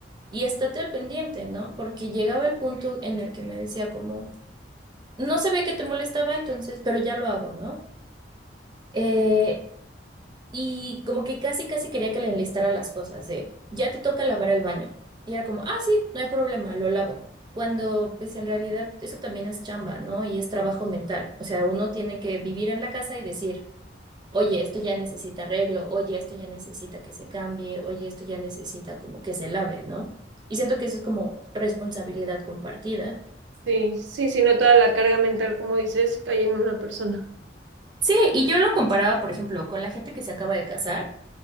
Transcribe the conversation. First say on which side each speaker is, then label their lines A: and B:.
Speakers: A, on the right; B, on the right.
A: y estate al pendiente, ¿no? Porque llegaba el punto en el que me decía como, no sabía que te molestaba entonces, pero ya lo hago, ¿no? Eh, y como que casi, casi quería que le enlistara las cosas, de ya te toca lavar el baño. Y era como, ah, sí, no hay problema, lo lavo. Cuando, pues en realidad, eso también es chamba, ¿no? Y es trabajo mental. O sea, uno tiene que vivir en la casa y decir, oye, esto ya necesita arreglo, oye, esto ya necesita que se cambie, oye, esto ya necesita como que se lave, ¿no? Y siento que eso es como responsabilidad compartida.
B: sí, sí, sí, no toda la carga mental, como dices, cae en una persona.
A: Sí, y yo lo comparaba, por ejemplo, con la gente que se acaba de casar,